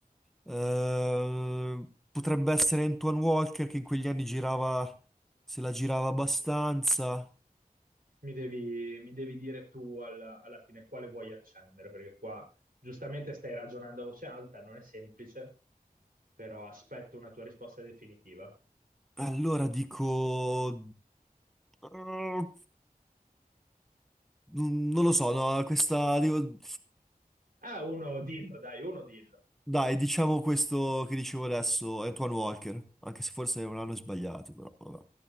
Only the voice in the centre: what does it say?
Eh, potrebbe essere Antoine Walker che in quegli anni girava, se la girava abbastanza.
Allora dico... eh, non lo so, no, questa... Dico...
Dai, diciamo questo che dicevo adesso, Antoine Walker, anche se forse non l'hanno sbagliato, però vabbè.